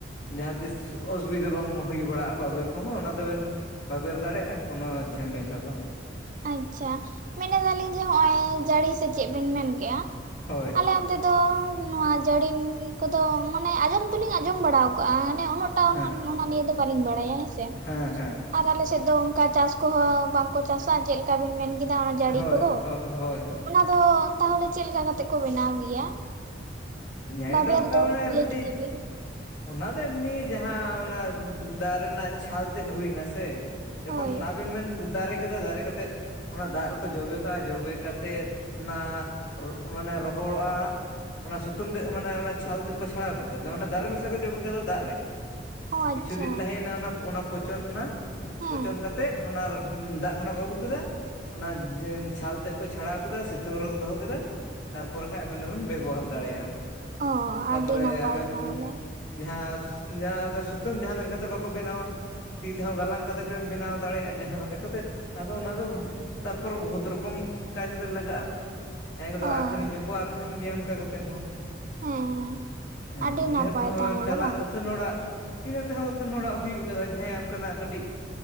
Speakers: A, on the left (about 85°); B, on the right (about 40°).
A: ᱡᱟᱦᱟᱸ ᱛᱤᱥ ᱚᱥᱩᱵᱤᱫᱷᱟ ᱵᱟᱝ ᱦᱩᱭ ᱵᱟᱲᱟᱜᱼᱟ ᱵᱟᱵᱮᱨ ᱠᱚᱦᱚᱸ ᱚᱱᱟ ᱫᱚ ᱵᱮᱱ ᱵᱟᱵᱮᱨ ᱫᱟᱲᱮᱭᱟᱜᱼᱟ ᱠᱳᱱᱳ ᱡᱷᱟᱮᱢᱮᱞᱟ ᱵᱟᱝ᱾
B: ᱟᱪᱷᱟ ᱢᱮᱱ ᱮᱫᱟᱞᱤᱧ ᱡᱮ ᱱᱚᱜᱼᱚᱭ ᱡᱟᱹᱲᱤ ᱥᱮ ᱪᱮᱫ ᱵᱮᱱ ᱢᱮᱱᱠᱮᱜᱼᱟ?
A: ᱦᱳᱭ᱾
B: ᱟᱞᱮ ᱚᱱᱛᱮ ᱫᱚ ᱱᱚᱣᱟ ᱡᱟᱹᱲᱤᱢ ᱠᱚᱫᱚ ᱢᱟᱱᱮ ᱟᱸᱡᱚᱢ ᱫᱚᱞᱤᱧ ᱟᱸᱡᱚᱢ ᱵᱟᱲᱟ ᱟᱠᱟᱫᱟ᱾ ᱟᱱᱮ ᱩᱱᱟᱹᱜ ᱴᱟ
A: ᱦᱮᱸ
B: ᱚᱱᱟ ᱱᱤᱭᱟᱹ ᱫᱚ ᱵᱟᱹᱞᱤᱧ ᱵᱟᱲᱟᱭᱟ ᱦᱮᱸᱥᱮ,
A: ᱦᱮᱸ ᱦᱮᱸ
B: ᱟᱨ ᱟᱞᱮ ᱥᱮᱫ ᱫᱚ ᱚᱱᱠᱟ ᱪᱟᱥ ᱠᱚ ᱦᱚᱸ ᱵᱟᱝ ᱠᱚ ᱪᱟᱥᱟ ᱪᱮᱫ ᱞᱮᱠᱟ ᱵᱤᱱ ᱢᱮᱱ ᱠᱮᱫᱟ ᱚᱱᱟ ᱡᱟᱹᱲᱤ
A: ᱦᱳᱭ
B: ᱠᱚᱫᱚ?
A: ᱦᱳᱭ ᱦᱳᱭ ᱦᱳᱭ
B: ᱟᱫᱚ ᱛᱟᱦᱚᱞᱮ ᱪᱮᱫ ᱞᱮᱠᱟ ᱠᱟᱛᱮᱜ ᱠᱚ ᱵᱮᱱᱟᱣ ᱜᱮᱭᱟ?
A: ᱧᱟᱹᱭ
B: ᱵᱟᱵᱮᱨ
A: ᱚᱱᱠᱟ
B: ᱫᱚ
A: ᱢᱟᱱᱮ
B: ᱞᱟᱹᱭ
A: ᱢᱤᱫᱴᱤᱡ
B: ᱠᱮᱫᱟ ᱵᱤᱱ᱾
A: ᱚᱱᱟ ᱫᱚ ᱮᱢᱱᱤ ᱡᱟᱦᱟᱸ ᱚᱱᱟ ᱫᱟᱨᱮ ᱨᱮᱱᱟᱜ ᱪᱷᱟᱞ ᱛᱮᱫ ᱦᱩᱭᱱᱟ ᱥᱮ ᱾ ᱡᱚᱠᱷᱚᱱ
B: ᱦᱳᱭ
A: ᱟᱵᱮᱱ ᱵᱮᱱ ᱫᱟᱨᱮ ᱠᱮᱫᱟ ᱫᱟᱨᱮ ᱠᱟᱛᱮᱫ ᱚᱱᱟ ᱫᱟᱜ ᱨᱮᱠᱚ ᱡᱚᱵᱮ ᱠᱟᱜᱼᱟ ᱡᱚᱵᱮ ᱠᱟᱛᱮᱫ ᱚᱱᱟ ᱢᱟᱱᱮ ᱨᱚᱦᱚᱲᱚᱜᱼᱟ᱾ ᱚᱱᱟ ᱥᱩᱛᱟᱹᱢ ᱛᱮᱫ ᱢᱟᱱᱮ ᱚᱱᱟ ᱪᱷᱟᱞ ᱛᱮᱫ ᱠᱚ ᱪᱷᱟᱲᱟᱣ ᱠᱮᱫ ᱜᱮ ᱢᱟᱱᱮ ᱫᱟᱨᱮ ᱢᱮᱥᱟ ᱠᱚ ᱡᱚᱵᱮ ᱠᱮᱫᱟ ᱫᱟᱜ ᱨᱮ᱾
B: ᱚ ᱟᱪᱪᱷᱟ
A: ᱠᱤᱪᱷᱩ ᱫᱤᱱ ᱛᱟᱦᱮᱸᱭᱮᱱᱟ ᱚᱱᱟ, ᱚᱱᱟ ᱯᱚᱪᱚᱱᱮᱱᱟ
B: ᱦᱮᱸ
A: ᱯᱚᱪᱚᱱ ᱠᱟᱛᱮ ᱚᱱᱟ ᱫᱟᱜ ᱛᱚᱠᱷᱚᱱ ᱠᱚ ᱟᱹᱜᱩ ᱠᱮᱫᱟ ᱚᱱᱟ ᱪᱷᱟᱞ ᱛᱮᱫ ᱠᱚ ᱪᱷᱟᱲᱟᱣ ᱠᱮᱫᱟ ᱥᱤᱛᱩᱝ ᱨᱮᱠᱚ ᱫᱚᱦᱚ ᱠᱮᱫᱟ᱾ ᱛᱟᱨᱯᱚᱨ ᱠᱷᱟᱱ ᱟᱵᱮᱱ ᱫᱚᱵᱮᱱ ᱵᱮᱵᱚᱦᱟᱨ ᱫᱟᱲᱮᱭᱟᱜᱼᱟ᱾
B: ᱚ
A: ᱛᱟᱨᱯᱚᱨᱮ
B: ᱟᱹᱰᱤ ᱱᱟᱯᱟᱭ
A: ᱟᱵᱮᱱ
B: ᱛᱟᱦᱚᱞᱮ
A: ᱡᱟᱦᱟᱸ, ᱡᱟᱦᱟᱸ ᱞᱮᱠᱟ ᱥᱩᱛᱟᱹᱢ ᱡᱟᱦᱟᱸ ᱞᱮᱠᱟ ᱠᱟᱛᱮᱫ ᱵᱟᱠᱚ ᱵᱮᱱᱟᱣᱟ? ᱛᱤ ᱛᱮᱦᱚᱸ ᱜᱟᱞᱟᱝ ᱠᱟᱛᱮᱫ ᱵᱮᱱ ᱵᱮᱱᱟᱣ ᱫᱟᱲᱮᱭᱟᱜᱼᱟ ᱡᱟᱦᱟᱸ ᱞᱮᱠᱟ ᱠᱟᱛᱮᱫ᱾ ᱟᱫᱚ ᱚᱱᱟ ᱫᱚ ᱛᱟᱨᱯᱚᱨᱮ ᱵᱚᱦᱩᱛ ᱨᱚᱠᱚᱢ ᱠᱟᱡᱽ ᱨᱮ ᱞᱟᱜᱟᱜᱼᱟ᱾ ᱦᱮᱸ ᱠᱚᱫᱚ
B: ᱚ
A: ᱟᱠᱷᱨᱤᱧ
B: ᱦᱮᱸ
A: ᱦᱚᱸᱠᱚ ᱟᱠᱷᱨᱤᱧ ᱜᱮᱭᱟ ᱚᱱᱠᱟ ᱠᱟᱛᱮᱫ ᱦᱚᱸ᱾
B: ᱦᱮᱸ
A: ᱦᱮᱸ
B: ᱟᱹᱰᱤ
A: ᱤᱱᱟᱹ
B: ᱱᱟᱯᱟᱭ
A: ᱛᱮᱦᱚᱸ
B: ᱛᱟᱦᱚᱞᱮ
A: ᱪᱟᱞᱟᱜ
B: ᱵᱟᱝ
A: ᱟᱹᱛᱷᱟᱹᱱ ᱚᱲᱟᱜ ᱤᱱᱟᱹ ᱛᱮᱦᱚᱸ ᱟᱹᱛᱷᱟᱹᱱ ᱦᱚᱲᱟᱜ ᱦᱩᱭᱩᱜ ᱟᱠᱟᱫᱟ ᱡᱟᱦᱟᱸᱭᱟᱜ ᱚᱱᱠᱟᱱᱟᱜ ᱠᱟᱹᱴᱤᱡᱼᱼ